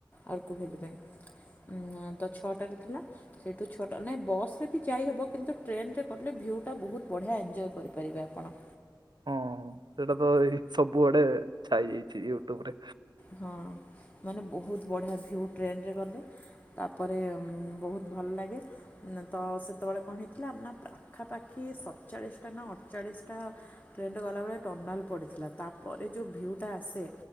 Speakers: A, on the left; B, on the right.
A: ଆର୍ କେଉ ଭଲ ପାଇଁ ତ ଛଅଟାରେ ଥିଲା। ସେଇଠୁ ଛୋଟ ନାଇଁ ବସ୍ ରେ ବି ଯାଇହେବ କିନ୍ତୁ ଟ୍ରେନରେ କଲେ ଭିଉଟା ବହୁତ ବଢ଼ିଆ ଏଞ୍ଜୟ କରିପାରିବେ ଆପଣ।
B: ହଁ ହଁ ସେଇଟା ତ ଏଇ ସବୁଆଡେ ଛାଇଯଇଛି ୟୁଟ୍ୟୁବ ରେ
A: ହଁ। ମାନେ ବହୁତ ବଢ଼ିଆ ଭିଉ ଟ୍ରେନରେ ଗଲେ ତାପରେ ବହୁତ ଭଲ ଲାଗେ। ତ ସେତେବେଳେ କଣ ହେଇଥିଲା ନା ପାଖାପାଖି ସତଚାଳିଶଟା ନା ଅଠଚାଳିଶଟା ଟ୍ରେନଟା ଗଲାବେଳେ ଟର୍ନାଲ ପଡିଥିଲା ତାପରେ ଯୋଉ ଭିୟୁଟା ଆସେ